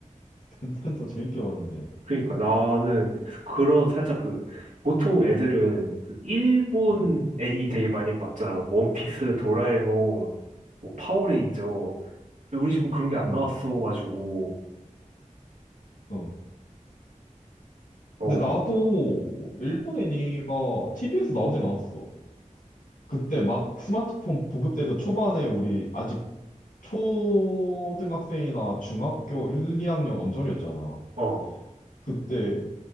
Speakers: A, on the left; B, on the right.
A: 벤텐도 재밌게 봤는데.
B: 그러니까 나는 그런 살짝 그 보통 애들은 그 일본
A: 응,
B: 애니 되게 많이 봤잖아 원피스 도라에몽 뭐 파워레인저. 근데 우리 집은 그런 게 안
A: 응.
B: 나왔어가지고,
A: 어,
B: 어,
A: 근데 나도 일본 애니가 TV에서 나오진 않았어. 그때 막 스마트폰 보급되던 초반에 우리 아직 초등학생이나 중학교 1, 2학년 언저리였잖아.
B: 어,
A: 그때